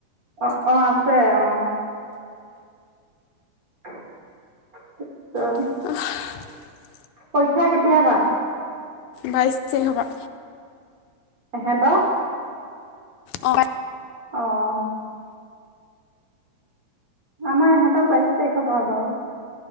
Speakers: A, on the right (about 85°); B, on the left (about 85°).
A: অ অ আছে অ। <inaudible>
B: <inaudible>
A: পৰীক্ষা কেতিয়াপা?
B: বাইছ তাৰিখৰ পৰা।
A: এহেত?
B: অ <inaudible>
A: আহ। আমাৰ ইহঁতৰ বাইশ তাৰিখৰ পৰা বাও।